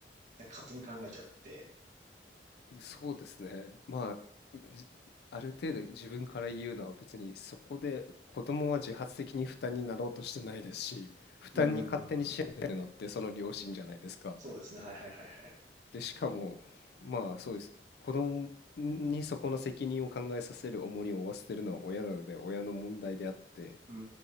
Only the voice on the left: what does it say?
そうですね。まあ、じある程度自分から言うのは別にそこで子供は自発的に負担になろうとしてないですし、負担に勝手に仕上げてるのってその両親じゃないですか。
で、しかも、まあそうです。子供にそこの責任を考えさせる重荷を負わせてるのは親なので親の問題であって、